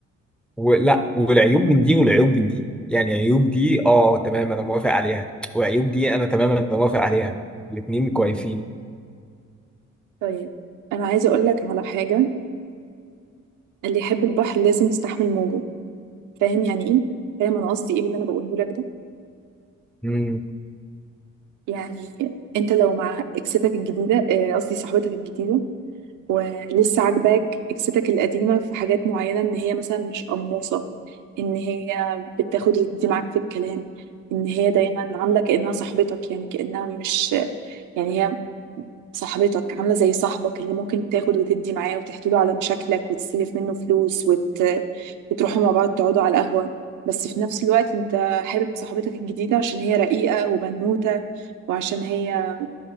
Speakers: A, in the centre; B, on the right.
A: ولا والعيوب من دي والعيوب من دي يعني عيوب دي اه تمام انا موافق عليها وعيوب دي انا تمام انا موافق عليها الاتنين كويسين
B: مم. طيب انا عايزه اقول لك على حاجه اللي يحب البحر لازم يستحمل موجه فاهم يعني ايه فاهم انا قصدي ايه باللي انا بقوله لك ده
A: مم.
B: يعني انت لو مع اكستك الجديده آه، قصدي صاحبتك الجديده ولسه عاجباك اكستك القديمه في حاجات معينه ان هي مثلا مش قموصه ان هي بتاخد وتدي معاك في الكلام ان هي دايما عامله كانها صاحبتك يعني كانها مش يعني هي صاحبتك عاملة زي صاحبك اللي ممكن تاخد وتدي معاه وتحكي له على مشاكلك وتسلف منه فلوس وت... وتروحوا مع بعض تقعدوا على القهوة بس في نفس الوقت انت حابب صاحبتك الجديدة عشان هي رقيقة وبنوتة وعشان هي